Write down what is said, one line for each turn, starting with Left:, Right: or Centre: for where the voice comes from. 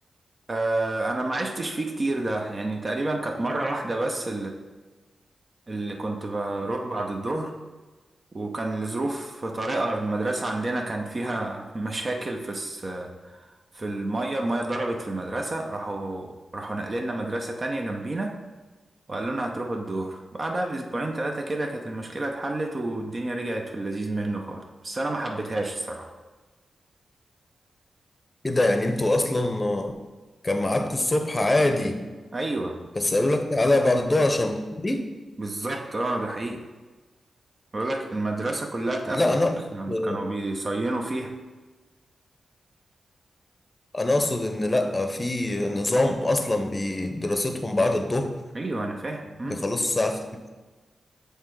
Right: آه انا ما عشتش فيه كتير ده يعني تقريبا كانت مرة واحدة بس اللي كنت بروح بعد الظهر وكان لظروف طارئة المدرسة عندنا كان فيها <laughs> مشاكل في الس... في المية المية ضربت في المدرسة راحوا راحوا نقلنا مدرسة تانية جنبينا وقالوا لنا هتروحوا الظهر بعدها بأسبوعين ثلاثة كده كانت المشكلة اتحلت والدنيا رجعت في اللذيذ منه خالص بس أنا ما حبيتهاش الصراحة
Left: إيه ده يعني أنتوا أصلا كان ميعادكم الصبح عادي
Right: أيوه
Left: بس قالوا لك تعالى بعد الدور عشان دي
Right: بالظبط اه ده حقيقي بقول لك المدرسة كلها اتقفلت
Left: لا انا اقصد
Right: أصلا كانوا بيصينوا فيها
Left: انا اقصد ان لا في نظام اصلا بدراستهم بعد الظهر
Right: أيوه أنا فاهم مم.
Left: بيخلصوا الساعه 5